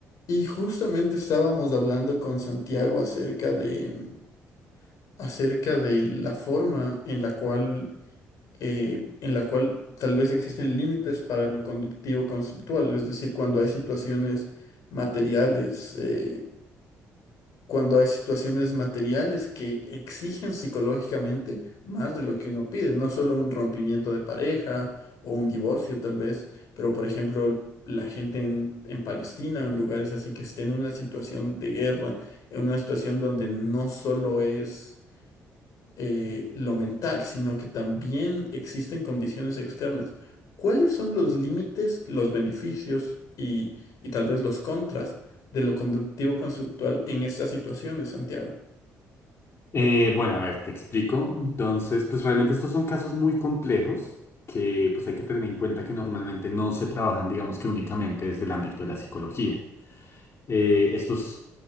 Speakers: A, on the left (about 70°); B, on the left (about 45°).
A: Y justamente estábamos hablando con Santiago acerca de, mm, acerca de la forma en la cual, eh, en la cual tal vez existen límites para lo conductivo conceptual, es decir, cuando hay situaciones materiales, eh, cuando hay situaciones materiales que exigen psicológicamente más de lo que uno pide, no solo un rompimiento de pareja o un divorcio tal vez, pero por ejemplo la gente en, en Palestina o en lugares así que esté en una situación de guerra, en una situación donde no solo es eh, lo mental, sino que también existen condiciones externas. ¿Cuáles son los límites, los beneficios y, y tal vez los contras de lo conductivo-conceptual en estas situaciones, Santiago?
B: Eh, bueno, a ver, te explico. Entonces, pues realmente estos son casos muy complejos que pues hay que tener en cuenta que normalmente no se trabajan, digamos que únicamente desde el ámbito de la psicología. Eh, estos,